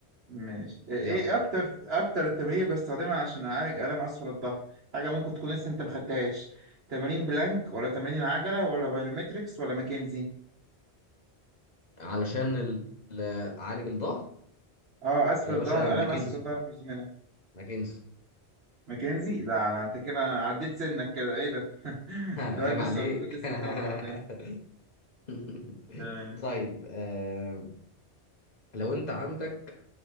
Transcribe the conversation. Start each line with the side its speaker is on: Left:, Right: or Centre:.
Right: ماشي ايه إيه
Left: يلا
Right: اكتر اكتر التمارين اللي بستخدمها عشان اعالج الام اسفل الظهر حاجه ممكن تكون لسه انت مخدتهاش تمارين بلانك ولا تمارين العجله ولا بايلومتريكس ولا ماكنزي
Left: علشان ال- ال- اعالج الظهر
Right: اه اسفل
Left: يا
Right: الظهر
Left: باشا ماكنزي
Right: الام اسفل الظهر مزمنه
Left: ماكنزي
Right: ماكنزي لا لا انت كده عديت سنك كده ايه ده <laughs>
Left: <laughs> عيب
Right: سؤال لسه
Left: عليك
Right: المفروض لسه تاخده بعدين
Left: <laughs> <laughs>
Right: تمام
Left: طيب آه لو انت عندك